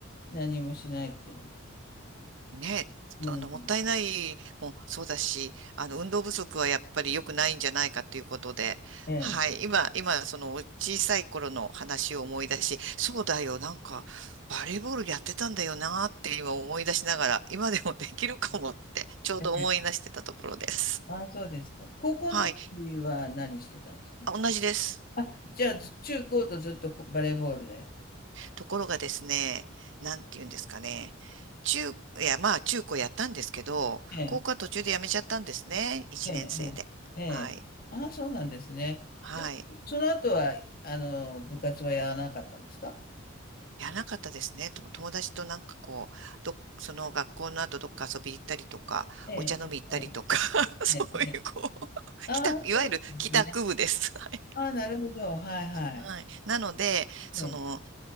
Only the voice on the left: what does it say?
何もしないっていうのも。
うん。
ええ。
ええ。ああ、そうですか。高校の時は何してたんですか
あ、じゃあ、ず中高とずっとこバレーボールで。
ええ、
ええ、ええ。ええああ、
そうなんですね。
で、その後は、あの、部活はやらなかったんですか
ええ、
ええ、
ええ。ええああ、
そうなんですね。
ああ、なるほど。はい、は
い。ええ。